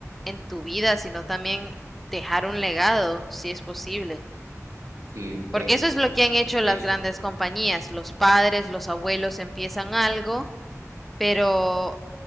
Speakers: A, in the centre; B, on the right.
A: en tu vida, sino también dejar un legado, si es posible.
B: Sí,
A: Porque
B: eso,
A: eso es lo que han hecho
B: eso,
A: las grandes compañías. Los padres, los abuelos empiezan algo, pero